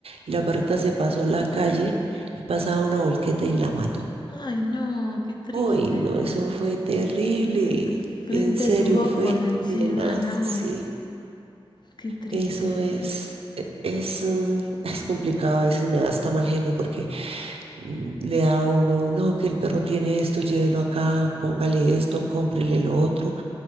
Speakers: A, on the right (about 80°); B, on the left (about 50°).
A: y la perrita se pasó la calle y pasaba una volqueta y la mató.
B: Ay, no, qué triste.
A: Uy, no, eso fue terrible.
B: Eh, Frente
A: En serio,
B: a tus ojos
A: fue
B: encima,
A: tenaz,
B: no,
A: sí.
B: qué triste.
A: Eso es, e- es, mm, <laughs> es complicado. A veces me da hasta mal genio porque mm, le da a uno, no, que el perro tiene esto, llévelo acá, póngale esto, cómprele lo otro,